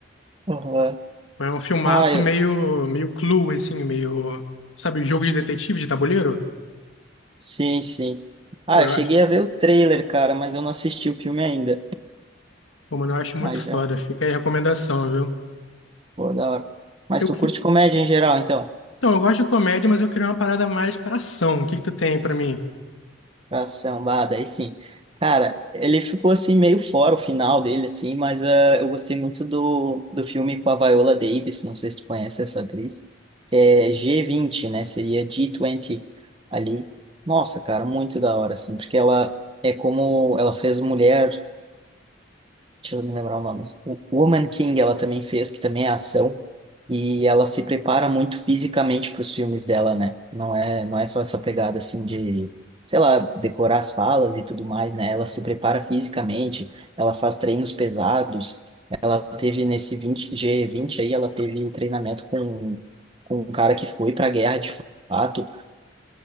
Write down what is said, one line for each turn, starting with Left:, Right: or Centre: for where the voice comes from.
Right: Aham.
Left: É um filmaço
Right: Ah, eu...
Left: meio, meio Clue, assim, meio, sabe, jogo de detetive, de tabuleiro?
Right: sim, sim. Ah,
Left: Pô,
Right: eu
Left: eu
Right: cheguei
Left: acho.
Right: a ver o trailer, cara, mas eu não assisti o filme ainda.
Left: Pô, mano, eu acho muito
Right: Mas
Left: foda.
Right: já,
Left: Fica aí a recomendação, viu?
Right: pô, da hora. Mas
Left: Eu
Right: tu
Left: que...
Right: curte comédia em geral, então?
Left: Então, eu gosto de comédia, mas eu queria uma parada mais pra ação. O que que tu tem pra mim?
Right: Pra samba, daí sim. Cara, ele ficou assim meio fora o final dele, assim, mas ah, eu gostei muito do, do filme com a Viola Davis, não sei se tu conhece essa atriz, que é g vinte, né? Seria G20 ali. Nossa, cara, muito da hora, assim, porque ela é como ela fez mulher Deixa eu me lembrar o nome. O Woman King ela também fez, que também é ação. E ela se prepara muito fisicamente para os filmes dela, né? Não é, não é só essa pegada assim de, sei lá, decorar as falas e tudo mais, né? Ela se prepara fisicamente, ela faz treinos pesados. Ela teve nesse 20, G20 aí, ela teve treinamento com, com um cara que foi para a guerra de fato